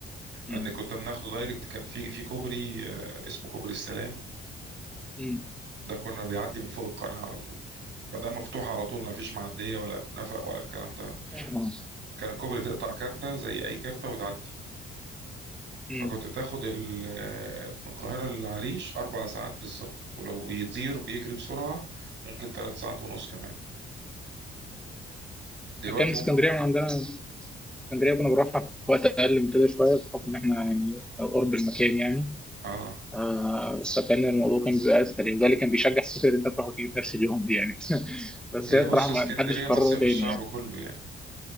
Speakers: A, in the centre; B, on the right.
A: مم.
B: ان كنت بناخده دايركت كان في في كوبري آه، اسمه كوبري السلام
A: مم.
B: ده كنا بيعدي من فوق القناة على طول فده مفتوح على طول ما فيش معدية ولا نفق ولا الكلام ده
A: آه.
B: كان الكوبري تقطع كارتة زي أي كارتة وتعدي
A: مم.
B: فكنت تاخد ال- من القاهرة للعريش أربع ساعات بالظبط ولو بيطير بيجري بسرعة ممكن ثلاث ساعات ونص كمان دلوقتي
A: مكان اسكندريه
B: ممكن
A: من عندنا اسكندريه كنا بنروحها في وقت اقل من كده شويه بحكم ان احنا يعني قرب المكان يعني
B: آه
A: آه فكان الموضوع كان بيبقى اسهل وده اللي كان بيشجع فكره ان انت تروح وتيجي في نفس اليوم دي يعني <laughs> بس
B: هي
A: هي الصراحه
B: بص اسكندرية
A: ما حدش يكررها
B: مصيف
A: تاني
B: الشعب
A: يعني
B: كله يعني